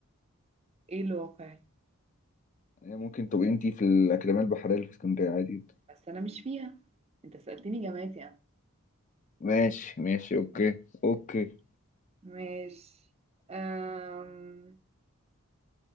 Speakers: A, on the right; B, on the left.
A: ايه الواقع
B: يعني ممكن تبقي انت في الاكاديميه البحريه اللي في اسكندريه عادي جدا
A: بس أنا مش فيها انت سألتني جامعتي أنا
B: ماشي ماشي اوكي اوكي
A: ماشي أم...